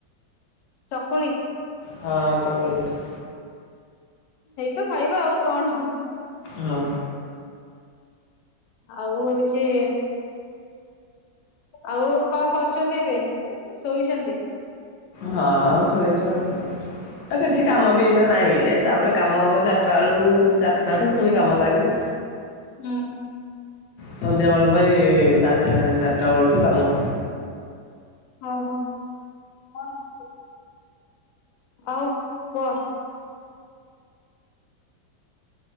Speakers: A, on the left (about 85°); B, on the left (about 65°).
A: ଚକୁଳି?
B: ହଁ ଚକୁଳି ପିଠା।
A: ଏଇତ ଖାଇବା ଆଉ କଣ?
B: ହଁ।
A: ଆଉ ହଉଛି ଆଉ କଣ କରୁଛନ୍ତି ଏବେ? ଶୋଇଛନ୍ତି।
B: ହଁ ଶୋଇଛି ଆଉ। ଆଉ କିଛି କାମ ବି ଏଇନା ନାହିଁ। ତାପରେ କାମ ହେବ ଚାରଟା ବେଳୁ ଚାଟା ଠୁ ପୁଣି କାମ ଲାଗିବ।
A: ହୁଁ।
B: ସନ୍ଧ୍ୟାବେେଳ ପାଇଁ ସାଢେଚା, ଚାରିଟା ବେଳଠୁ କାମ।
A: ହଁ ହଁ। <unintelligible> ଆଉ, କୁହ?